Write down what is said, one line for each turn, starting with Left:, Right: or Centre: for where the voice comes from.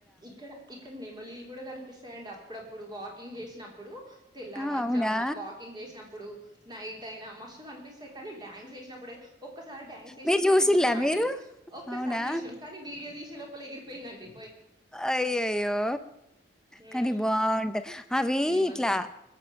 Right: ఇక్కడ ఇక్కడ నెమలీళ్లు కూడా కనిపిస్తాయండి అ అప్పుడప్పుడు వాకింగ్ చేసినప్పుడు తెల్లవారు
Centre: ఆ! అవునా?
Right: జమున వాకింగ్ చేసినప్పుడు నైట్ అయినా మస్స్తు కనిపిస్తాయి కానీ డ్యాన్స్ చేసినప్పుడుతే ఒక్కసారి డ్యాన్స్ చేసేది
Centre: మీరు
Right: కూడా
Centre: చూసిల్లా
Right: చూసినాం అండి
Centre: మీరు?
Right: ఒక్కసారి
Centre: అవునా?
Right: చూసినాం కానీ వీడియో తీసే ఎగిరిపోయిందడి
Centre: అయ్యయ్యో
Right: ఉమ్
Centre: కానీ బాగుంటాది అవి
Right: నెమలీలు
Centre: ఇట్లా